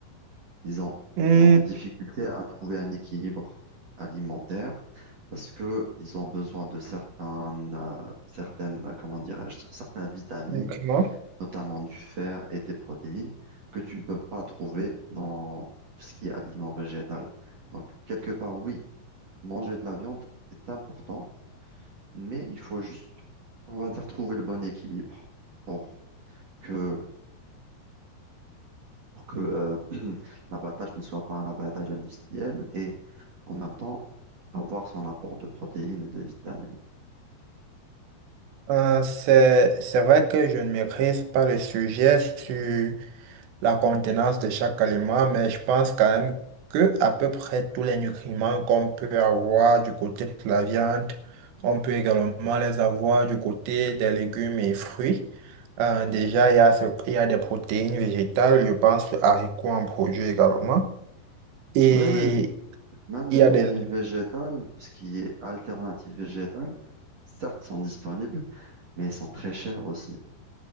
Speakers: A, on the right; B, on the right.
A: Ils ont,
B: Hmm,
A: ils ont des difficultés à trouver un équilibre alimentaire parce que ils ont besoin de certaines, euh, certaines, euh, comment dirais-je, certaines vitamines,
B: ok.
A: notamment du fer et des protéines, que tu ne peux pas trouver dans ce qui est aliment végétal. Donc, quelque part, oui, manger de la viande est important, mais il faut juste, on va dire, trouver le bon équilibre pour que pour que euh, <clears throat> l'abattage ne soit pas un abattage industriel et en même temps avoir son apport de protéines et de vitamines.
B: Euh, c'est, c'est vrai que je ne maîtrise pas le sujet sur la contenance de chaque aliment, mais je pense quand même que à peu près tous les nutriments qu'on peut avoir du côté de la viande, on peut également les avoir du côté des légumes et fruits. Euh, déjà, il y a, ce- il y a des protéines végétales, je pense aux haricots en produit également. Et
A: Oui, oui, même
B: il
A: les
B: y
A: protéines
B: a des
A: végétales, tout ce qui est alternative végétale, certes sont disponibles, mais elles sont très chères aussi.